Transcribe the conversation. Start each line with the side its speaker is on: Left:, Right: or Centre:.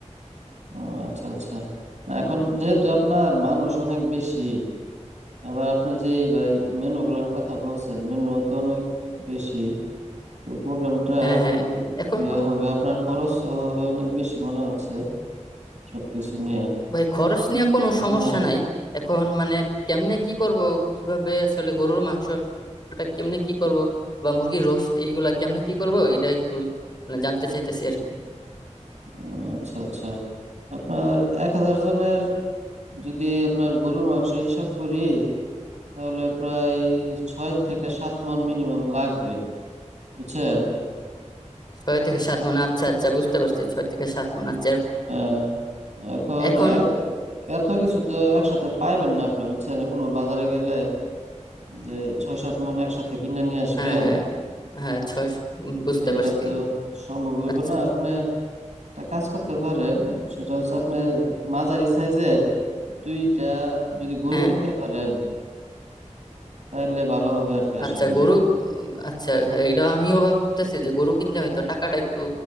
Right: ও আচ্ছা আচ্ছা না, এখন যেহেতু আপনার মানুষ অনেক বেশি আবার আপনি যে ভাই মেনুগুলার কথা বলছেন মেনু তো অনেক বেশি তো প্রোগ্রামটা
Left: হ্যাঁ
Right: একটু
Left: হ্যাঁ
Right: কু-
Left: এখন
Right: ইয়া হবে আপনার খরচ হবে অনেক বেশি মনে হচ্ছে সবকিছু নিয়ে
Left: ভাই খরচ নিয়ে কোনো
Right: আপনার
Left: সমস্যা নাই এখন মানে কেমনে কি করব কিভাবে আসলে গরুর মাংসটা কেমনে কি করব বা মুরগির রোস্ট এগুলা কেমনে কি করব এটা একটু মানে জানতে চাইতেছি আর কি
Right: আহ, আচ্ছা আচ্ছা আপনার এক হাজার জনের যদি আপনার গরুর মাংস হিসাব করি তাহলে প্রায় ছয় থেকে সাত মণ মিনিমাম লাগবে বুঝছেন
Left: ছয় থেকে সাত মানে আচ্ছা আচ্ছা বুঝতে পারছি ছয় থেকে সাত মানে আচ্ছা এর-
Right: হ্যাঁ এখন
Left: এখন
Right: এত এত কিছু তো একসাথে পাইবেন না আপনি বুঝছেন কোনো বাজারে গেলে যে ছয় সাত মণ একসাথে কিনে নিয়ে আসবেন
Left: হ্যাঁ হ্যাঁ হ্যাঁ ছয় উম, বুঝতে
Right: এইটা
Left: পারছি
Right: তো সম্ভব হইব
Left: আচ্ছা
Right: না আপনি একটা কাজ করতে পারেন সেটা হচ্ছে আপনি মাঝারি সাইজের দুইটা যদি গরু
Left: হ্যাঁ
Right: কিনতে পারেন তাইলে ভালো হবে আর কি আশা
Left: আচ্ছা
Right: করি
Left: গরু আহ, আচ্ছা হ্যাঁ, এটা আমিও ভাবতেছি যে গরু কিনলে হয়তো টাকাটা একটু